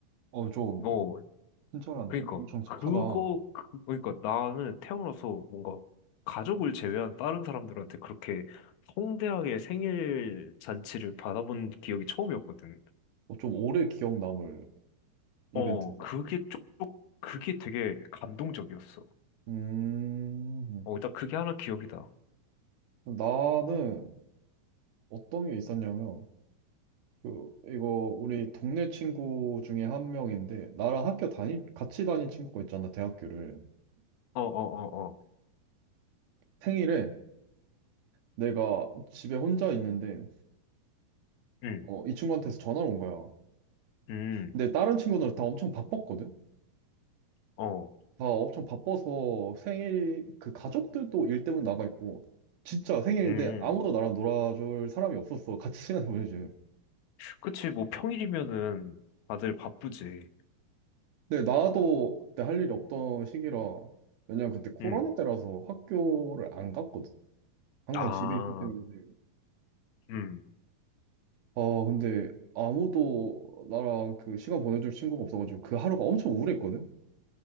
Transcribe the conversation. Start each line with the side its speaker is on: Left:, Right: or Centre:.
Right: 어, 좀,
Left: 어
Right: 친절한데?
Left: 그러니까
Right: 엄청 착하다.
Left: 그거
Right: 어,
Left: 그, 그러니까 나는 태어나서 뭔가 가족을 제외한 다른 사람들한테 그렇게 성대하게 생일 잔치를 받아본 기억이 처음이었거든.
Right: 좀 오래 기억 남을 이벤트인데?
Left: 어, 그게 쪽 그게 되게 감동적이었어.
Right: 음,
Left: 어, 일단 그게 하나 기억이다. 어,
Right: 나는, 어떤 게 있었냐면, 그, 이거, 우리 동네 친구 중에 한 명인데, 나랑 학교 다니, 같이 다닌 친구가 있잖아, 대학교를.
Left: 어, 어, 어.
Right: 생일에 내가 집에 혼자 있는데,
Left: 음,
Right: 어, 이 친구한테서 전화가 온 거야.
Left: 음,
Right: 근데 다른 친구들 다 엄청 바빴거든?
Left: 어,
Right: 다 엄청 바빠서 생일, 그 가족들도 일 때문에 나가 있고, 진짜 생일인데
Left: 음.
Right: 아무도 나랑 놀아줄 사람이 없었어. 같이 시간을 보내지.
Left: 그치, 뭐 평일이면은 다들 바쁘지.
Right: 근데 나도 그때 할 일이 없던 시기라, 왜냐면 그때 코로나
Left: 음,
Right: 때라서 학교를 안 갔거든. 항상
Left: 아,
Right: 집에 있기 때문에.
Left: 응
Right: 아, 근데 아무도 나랑 그 시간 보내줄 친구가 없어가지고 그 하루가 엄청 우울했거든?